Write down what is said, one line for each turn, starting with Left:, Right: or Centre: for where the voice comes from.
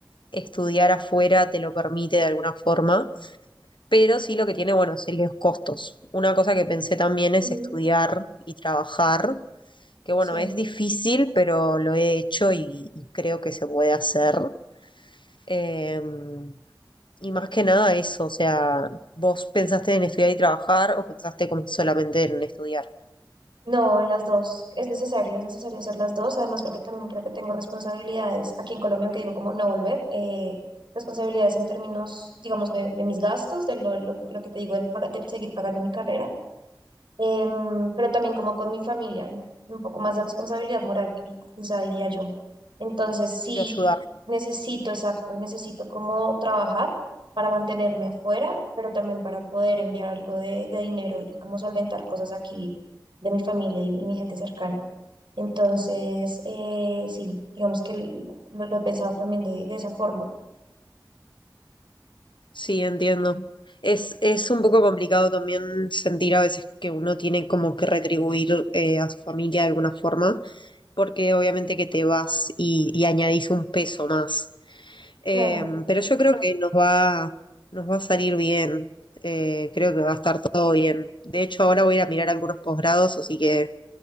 Left: estudiar afuera te lo permite de alguna forma, pero sí lo que tiene, bueno, son los costos. Una cosa que pensé también es
Right: ujú,
Left: estudiar y trabajar, que bueno,
Right: sí.
Left: es difícil, pero lo he hecho y, y creo que se puede hacer. Em, Y más que nada eso, o sea, ¿vos pensaste en estudiar y trabajar o pensaste como solamente en estudiar?
Right: No, en las dos. Es necesario, es necesario hacer las dos. Además, porque también creo que tengo responsabilidades aquí en Colombia, aunque digo como no volver. eh, responsabilidades en términos, digamos, de, de mis gastos, de lo, lo que creo que te digo, el, de seguir pagando mi carrera em, pero también como con mi familia, un poco más de responsabilidad moral, qui- quizá diría yo. Entonces, sí,
Left: De ayudar.
Right: necesito, exacto, necesito como trabajar para mantenerme afuera, pero también para poder enviar algo de, de dinero y como solventar cosas aquí de mi familia y, y mi gente cercana. Entonces, eh, sí, digamos que l- lo, lo he pensado también de, de esa forma.
Left: Sí, entiendo. Es, es un poco complicado también sentir a veces que uno tiene como que retribuir eh, a su familia de alguna forma, porque obviamente que te vas y, y añadís un peso más. Eh,
Right: Claro,
Left: pero yo creo que nos va, nos va a salir bien, Eh, creo que va a estar todo bien. De hecho, ahora voy a ir a mirar algunos posgrados, así que